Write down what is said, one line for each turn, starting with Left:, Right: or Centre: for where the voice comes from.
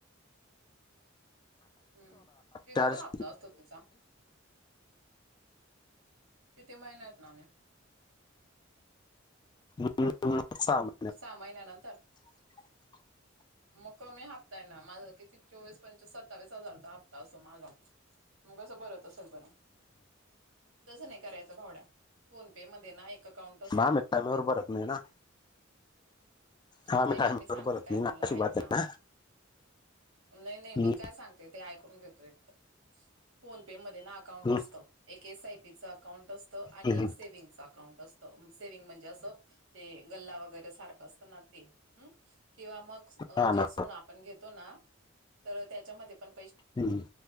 Right: हम्म कितीचा
Left: का <inaudible>
Right: हप्ता
Left: <inaudible>
Right: असतो तिचा किती महिन्यातनं आणि
Left: <inaudible>
Right: सहा महिन्यानंतर
Left: <inaudible>
Right: मग कमी हफ्ता आहे ना माझं किती चोवीस पंचवीस सत्तावीस हजारचा हफ्ता असतो माझा मग कसं भरत असंलं बरं तसं नाही करायच भावड्या फोन पे मध्ये ना एक अकाउंट असतं
Left: ना मी टाइम वर भरत नाही ना हा
Right: नाही
Left: मी
Right: ना
Left: टाईम
Right: सांगते
Left: वर भरत
Right: काय
Left: नाही
Right: तुला
Left: अशी
Right: ऐक
Left: बात आहे ना
Right: नाही नाही
Left: हम्म,
Right: मी काय सांगते ते ऐकून घेतो एक तर फोन पे मध्ये ना अकाउंट
Left: हम्म,
Right: असतं एक एस आय पी च अकाउंट असतं आणि
Left: हम्म.
Right: एक सेविंगचं अकाउंट असतं सेविंग म्हणजे असं ते गल्ला वगैरे सारखं असतं ना ते किंवा मग
Left: हा ना
Right: जे सोनं आपण घेतो ना तर त्याच्यामध्ये पण पैसे
Left: हम्